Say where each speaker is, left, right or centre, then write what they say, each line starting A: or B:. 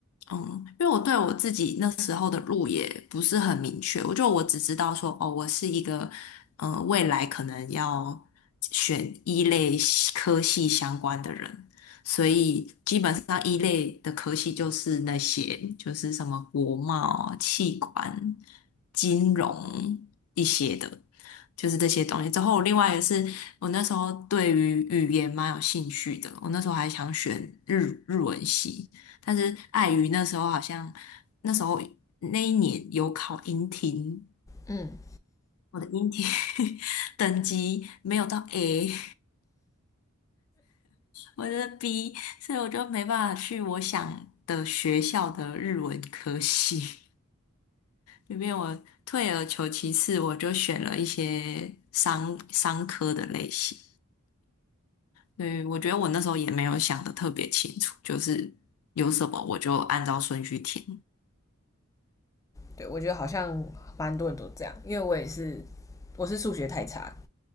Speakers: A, on the left (about 85°); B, on the left (about 15°).
A: 嗯，因为我对我自己那时候的路也不是很明确，我就我只知道说，哦，我是一个，呃，未来可能要选一类系科系相关的人，所以基本上一类的科系就是那些，就是什么国贸、气管、金融一些的，就是这些东西。之后另外也是我那时候对于语言蛮有兴趣的，我那时候还想选日日文系，但是碍于那时候好像那时候那一年有考英听，
B: 嗯，
A: 我的英听 <laughs> 等级没有到 A，我的 B，所以我就没办法去我想的学校的日文科系。因为我退而求其次，我就选了一些商商科的类型。对，我觉得我那时候也没有想的特别清楚，就是有什么我就按照顺序填。
B: 对，我觉得好像蛮多人都这样，因为我也是我是数学太差，